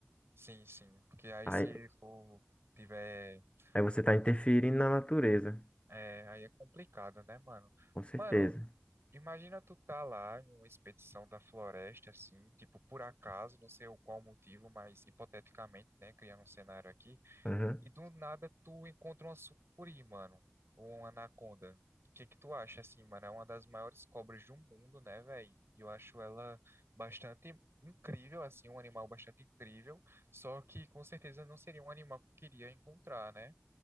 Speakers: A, on the right; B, on the left.
A: sim, sim. Porque aí
B: Aí,
A: se for. Tiver.
B: aí você tá
A: um-
B: interferindo na natureza,
A: É, aí é complicado, né, mano?
B: com certeza.
A: Mano, imagina tu tá lá em uma expedição da floresta, assim, tipo, por acaso, não sei o qual motivo, mas hipoteticamente, né, criando um cenário aqui.
B: Uhum.
A: E do nada tu encontra uma sucuri, mano. Ou uma anaconda. O que que tu acha, assim, mano? É uma das maiores cobras do mundo, né, velho? E eu acho ela bastante incrível, assim, um animal bastante incrível. Só que com certeza não seria um animal que eu queria encontrar, né?